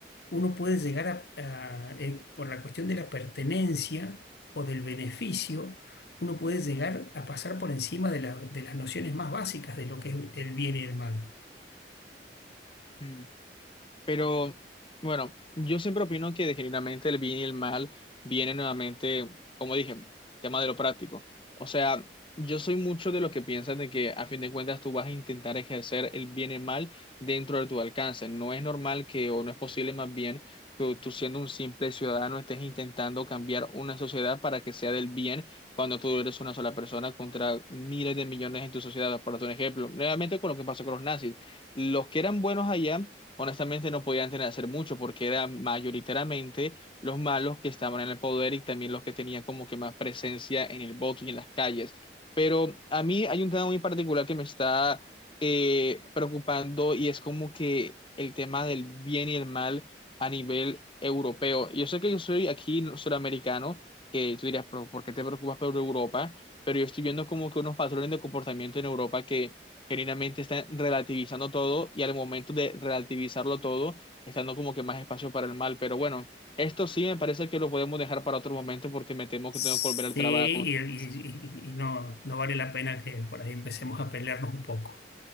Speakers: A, on the left; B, on the left.
A: uno puede llegar a, a, eh, por la cuestión de la pertenencia o del beneficio, uno puede llegar a pasar por encima de, la- de las nociones más básicas de lo que es el bien y el mal.
B: mm. Pero bueno, yo siempre opino que genuinamente el bien y el mal vienen nuevamente, como dije, tema de lo práctico. O sea, yo soy mucho de los que piensan de que a fin de cuentas tú vas a intentar ejercer el bien y el mal dentro de tu alcance. No es normal que, o no es posible más bien, que tú siendo un simple ciudadano estés intentando cambiar una sociedad para que sea del bien cuando tú eres una sola persona contra miles de millones en tu sociedad. Por otro ejemplo, nuevamente con lo que pasó con los nazis. Los que eran buenos allá honestamente no podían tener, hacer mucho porque eran mayoritariamente los malos que estaban en el poder y también los que tenían como que más presencia en el voto y en las calles. Pero a mí hay un tema muy particular que me está eh, preocupando y es como que el tema del bien y el mal a nivel europeo. Yo sé que yo soy aquí suramericano, que tú dirías "Pero, ¿por qué te preocupas por Europa? Pero yo estoy viendo como que unos patrones de comportamiento en Europa que genuinamente están relativizando todo y al momento de relativizarlo todo, están dando como que más espacio para el mal. Pero bueno, esto sí me parece que lo podemos dejar para otro momento porque me temo
A: Sí,
B: que tengo que volver al trabajo.
A: y, y-
B: <laughs>
A: y- y no, no vale la pena que por ahí empecemos a pelearnos un poco.